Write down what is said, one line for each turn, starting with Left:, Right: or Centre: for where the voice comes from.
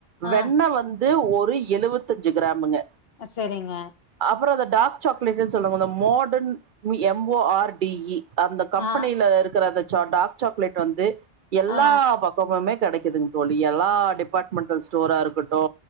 Left: ஆ
Right: வெண்ண வந்து ஒரு எழுவத் தஞ்சி கிராமுங்க
Left: அ செரிங்க
Right: அப்புறோ அந்த டாக் சாக்லேட்டுன சொல்லுவோ அந்த மாடர்ன் மி M O R D E அந்த கம்பெனில
Left: ஆ
Right: இருக்குற அந்த சா டார்க் சாக்லேட் வந்து எல்லா
Left: ஆ
Right: பக் கமுமே கெடைக்குதுங் தோழி எல்லா டிபார்ட்மெண்டல் ஸ்டோரா இருக்கட்டு